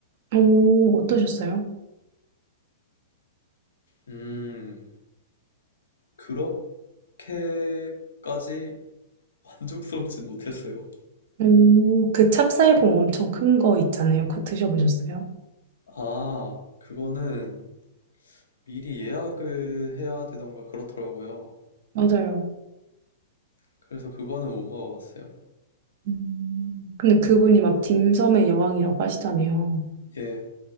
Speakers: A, on the right (about 55°); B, on the left (about 90°).
A: 오, 어떠셨어요?
B: 음, 그렇게까지 만족스럽진 못했어요.
A: 오, 그 찹쌀공 엄청 큰 거 있잖아요. 그거 드셔보셨어요?
B: 아, 그거는 미리 예약을 해야 되던가 그렇더라고요.
A: 맞아요.
B: 그래서 그거는 못 먹어봤어요.
A: 음. 근데 그분이 막 딤섬의 여왕이라고 하시잖아요.
B: 예,